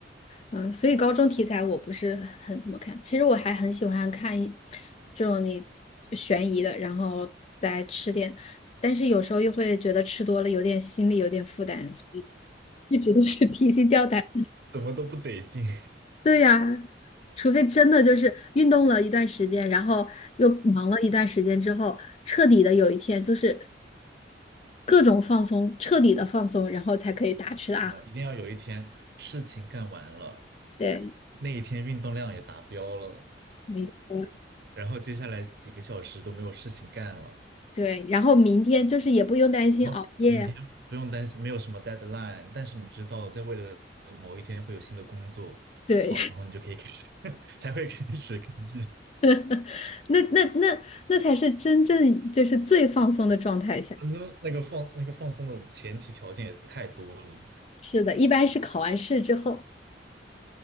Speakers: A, on the left (about 35°); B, on the right (about 55°).
A: 嗯，所以高中题材我不是很很怎么看。其实我还很喜欢看一这种你悬疑的，然后再吃点，但是有时候又会觉得吃多了有点心里有点负担，所以一直都是提心吊胆。<laughs>
B: 怎么都不得劲，
A: 对呀，除非真的就是运动了一段时间，然后又忙了一段时间之后，彻底的有一天就是各种放松，彻底的放松，然后才可以大吃大喝。
B: <laughs> 是吧？一定要有一天事情干完了，
A: 对，
B: 那一天运动量也达标了，
A: 没错。
B: 然后接下来几个小时都没有事情干了，
A: 对，然后明天就是也不用担心熬夜。
B: 然后明天不用担心没有什么 deadline，但是你知道在未来的某一天会有新的工作，
A: 对。
B: 好，然后你就可以开始，<laughs> 才会开始根据。
A: <laughs> 那那那那才是真正就是最放松的状态下。
B: 嗯，那个放那个放松的前提条件也太多了，
A: 是的，一般是考完试之后，